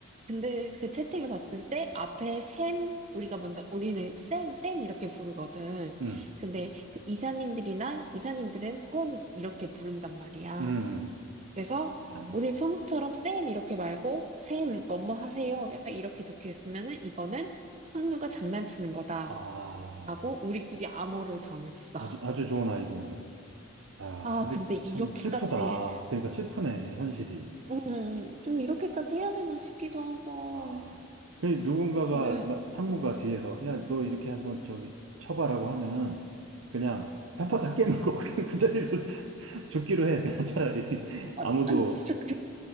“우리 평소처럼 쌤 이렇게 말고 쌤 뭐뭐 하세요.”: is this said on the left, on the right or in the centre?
Right